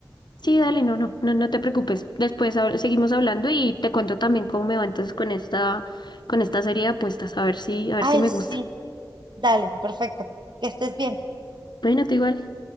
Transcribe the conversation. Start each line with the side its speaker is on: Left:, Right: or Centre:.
Left: Sí, dale, no, no, no, no te preocupes. Después hab- seguimos hablando y te cuento también cómo me va entonces con esta, con esta serie de apuestas, a ver si, a ver
Right: Ay,
Left: si me
Right: sí,
Left: gusta.
Right: dale, perfecto. Que estés bien.
Left: Bueno, tú igual.